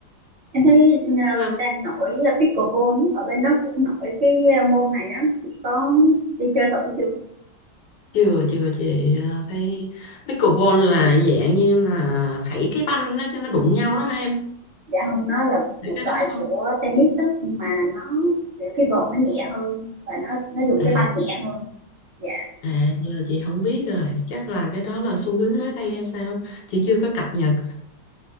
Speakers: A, on the right; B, on the left.
A: em thấy ờ,
B: vui
A: đang nổi pickleball ấy, ở bên đó cũng nổi cái ờ, môn này á chị có đi chơi thử chưa
B: chưa chưa chị à, thấy pickleball là dạng như em là thảy cái banh đó cho nó đụng nhau đó hả em
A: dạ không nó là một
B: thấy cái
A: loại
B: đó không
A: của tennis đó nhưng mà nó kiểu cái vợt nó nhẹ hơn và nó nó dùng
B: à,
A: cái banh nhẹ hơn dạ
B: à, à giờ chị không biết rồi chắc là cái đó là xu hướng mới đây hay sao chị chưa có cập nhật